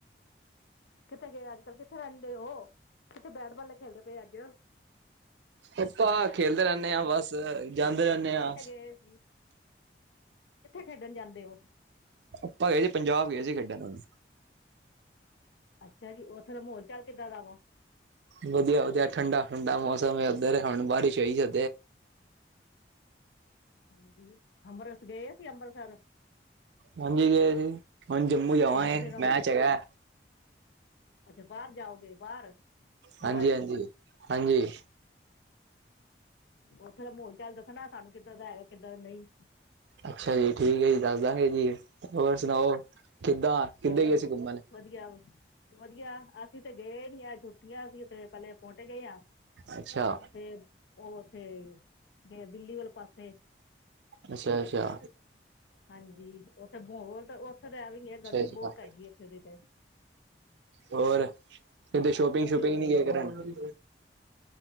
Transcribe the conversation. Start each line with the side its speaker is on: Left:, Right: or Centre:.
Left: ਕਿੱਥੇ ਗਏ ਅੱਜ ਕੱਲ੍ਹ ਕਿੱਥੇ ਰਹਿੰਦੇ ਉਹ, ਕਿੱਥੇ ਬੈਟਬਾਲ ਖੇਡਦੇ ਪਏ ਅੱਜ।
Right: ਐਪਾਂ ਖੇਲਦੇ ਰਹਿੰਦੇ ਹਾਂ, ਬਸ ਜਾਂਦੇ ਰਹਿੰਦੇ ਹਾਂ।
Left: ਇਹ ਜੀ। ਕਿੱਥੇ ਖੇਡਣ ਜਾਂਦੇ ਉਹ।
Right: ਆਪਾਂ ਗਏ ਸੀ ਪੰਜਾਬ ਗਏ ਸੀ ਖੇਡਣ ਨਾਲ।
Left: ਅੱਛਾ ਜੀ ਓਥੋਂ ਦਾ ਬੋਲ ਚਾਲ ਕਿੱਦਾਂ ਦਾ ਵਾ।
Right: ਵਧੀਆ ਵਧੀਆ ਠੰਡਾ ਠੰਡਾ ਮੌਸਮ ਇਧਰ ਹੁਣ ਬਾਰਿਸ਼ ਹੋਈ ਹ।
Left: ਹਾਂਜੀ ਅੰਮ੍ਰਿਤਸ ਗਏ ਸੀ ਅੰਮ੍ਰਿਤਸਰ
Right: ਹਾਂਜੀ ਗਏ ਸੀ ਹੁਣ ਜੰਮੂ ਜਾਵਾਂਗੇ
Left: ਘੁੰਮਣ ਫਿਰਨ
Right: ਮੈਂ ਚਗਾ
Left: ਅੱਛਾ, ਬਾਹਰ ਜਾਓਗੇ ਬਾਹਰ। ਦੁਬਈ
Right: ਹਾਂਜੀ ਹਾਂਜੀ ਹਾਂਜੀ।
Left: ਉੱਥੇ ਦਾ ਮਾਹੌਲ ਚਾਲ ਦੱਸਣਾ ਸਾਨੂੰ ਕਿੱਦਾਂ ਦਾ ਹੈਗਾ ਕਿੱਦਾਂ ਦਾ ਨਹੀਂ।
Right: ਅੱਛਾ ਜੀ ਠੀਕ ਹੈ, ਜੀ ਦੱਸ ਦਾਂਗੇ ਜੀ ਹੋਰ ਸੁਣਾਓ ਕਿੱਦਾਂ ਕਿੱਦਰ
Left: ਉਹ
Right: ਗਏ
Left: ਵਧੀ
Right: ਸੀ ਘੁੰਮਣ।
Left: ਵਧੀਆ ਵਧੀਆ ਅਸੀਂ ਤੇ ਗਏ ਨੀ ਆ ਛੁੱਟੀਆਂ ਸੀ ਤੇ ਪਹਿਲੇ ਪੋਂਟੇ ਗਏ ਆ।
Right: ਅੱਛਾ
Left: ਤੇ ਉਹ ਉੱਥੇ ਜ ਦਿੱਲੀ ਵਾਲੇ ਪਾਸੇ।
Right: ਅੱਛਾ ਅੱਛਾ।
Left: ਹਾਂਜੀ ਉੱਥੇ ਤਾਂ ਬਹੁਤ ਉੱਥੇ ਤਾਂ ਐਵੇਂ ਹੀ। ਹੈ ਗਰਮੀ
Right: ਸਤਿ ਸ਼੍ਰੀ ਅਕਾਲ
Left: ਬਹੁਤ ਹੈਗੀ ਉੱਥੇ ਦੀ ਤੇ
Right: ਹੋਰ। ਕਦੇ ਸ਼ੋਪਿੰਗ
Left: ਵਧੀਆ
Right: ਸ਼ੂਪਿੰਗ ਨੀ ਗਏ ਕਰਨ।